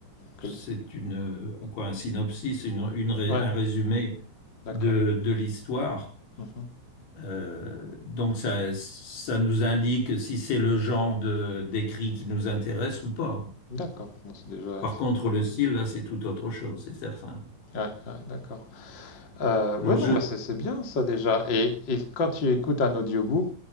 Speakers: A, on the left (about 30°); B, on the left (about 65°).
A: Que
B: C'est
A: le-
B: une... Quoi, un synopsis, une, une ré-
A: Ouais.
B: un résumé
A: D'accord.
B: de, de l'histoire.
A: Mhm.
B: Euh, donc ça, ça nous indique si c'est le genre de d'écrit qui nous intéresse ou pas.
A: D'accord, bon, c'est déjà,
B: Par
A: c'est
B: contre,
A: déjà
B: le
A: bien.
B: style, là, c'est tout autre chose, c'est certain.
A: Ouais, ouais, d'accord. Euh, ouais,
B: Alors je,
A: non, mais c'est c'est bien ça déjà. Et, et quand tu écoutes un audiobook,